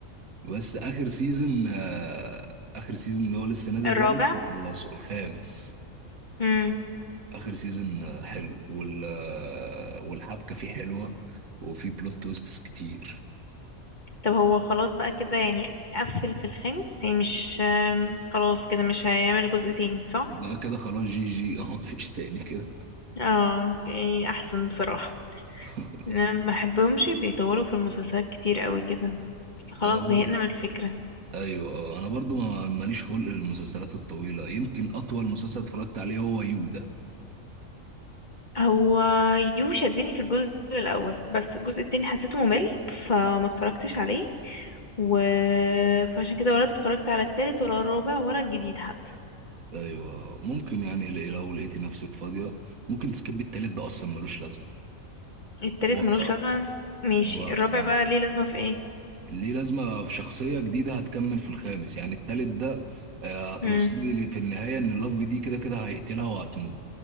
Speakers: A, on the right (about 85°); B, on the left (about 35°).
A: بس آخر سيزون آه آخر سيزون اللي هو لسه نازل
B: الرابع
A: ده خلصه الخامس
B: امم
A: آخر سيزون آه، حلو وال آه، والحبكة فيه حلوة وفيه بلوت تويستس كتير
B: طب هو خلاص بقى كده يعني قفل في الخامس يعني مش آم، خلاص كده مش هيعمل جزء تاني صح
A: ده كده خلاص جي جي <laughs> اه مفيش تاني كده
B: اه اوكي، احسن بصراحة
A: <laughs>
B: انا ما بحبهمش بيطولوا في المسلسلات كتير قوي كده بس خلاص
A: انا برضه
B: زهقنا من الفكرة
A: ايوه آه، انا برضه ما- ماليش خلق للمسلسلات الطويله يمكن اطول مسلسل اتفرجت عليه هو يو ده
B: هو يو شدني في الجزء الاول بس الجزء التاني حسيته ممل فما اتفرجتش عليه و... فعشان كده ولا اتفرجت على التالت ولا الرابع ولا الجديد حتى
A: ايوه ممكن يعني ل- لو لقيتي نفسك فاضيه ممكن تسكبي التالت ده اصلا ملوش لازمه
B: التالت
A: هو
B: ملوش لازمة ماشي
A: هو
B: الرابع
A: اه
B: بقى ليه لازمة في ايه
A: ليه لازمه شخصيه جديده هتكمل في الخامس يعني التالت ده آه، هتوصلي
B: امم
A: لي في النهايه ان لاف دي كده كده هيقتلها وهتموت